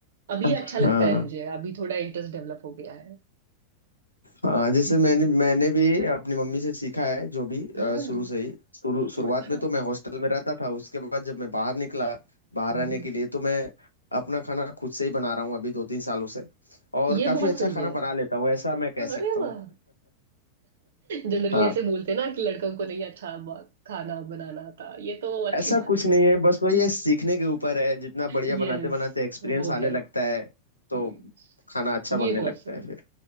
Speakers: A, on the right (about 60°); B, on the left (about 80°).
A: अभी अच्छा
B: हाँ
A: लगता है मुझे अभी थोड़ा इंटरेस्ट डेवलप हो गया है
B: हाँ जैसे
A: हम्म,
B: मैंने मैंने भी अपनी मम्मी से सीखा है जो भी अ,
A: हाँ
B: शुरू से ही शुरू शुरुआत
A: तो अच्छा
B: में तो मैं हॉस्टल में रहता था उसके बाद जब मैं बाहर निकला बाहर
A: हम्म
B: रहने के लिए तो मैं अपना खाना खुद से ही बना रहा हूँ अभी दो तीन सालों से और
A: ये
B: काफी
A: बहुत
B: अच्छा
A: सही
B: खाना
A: है
B: बना लेता हूँ ऐसा मैं कह
A: अरे
B: सकता हूँ
A: वाह जनरली
B: हाँ
A: ऐसे बोलते हैं ना कि लड़कों को नहीं अच्छा ब- खाना बनाना आता ये तो अच्छी
B: ऐसा
A: बात
B: कुछ
A: है
B: नहीं है बस वही है सीखने के ऊपर है जितना बढ़िया
A: यस
B: बनाते बनाते एक्सपीरियंस
A: वो
B: आने
A: है
B: लगता है
A: हम्म,
B: तो खाना अच्छा बनने
A: ये बहुत
B: लगता
A: सही
B: है
A: है
B: फिर